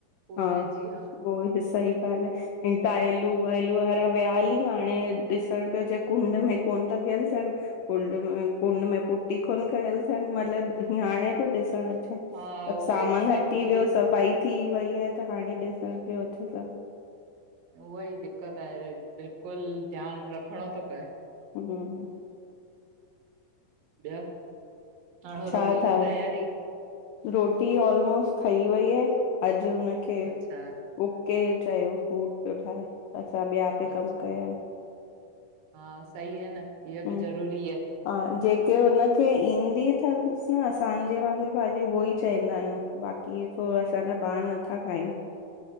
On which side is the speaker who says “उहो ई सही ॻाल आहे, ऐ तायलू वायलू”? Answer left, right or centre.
Left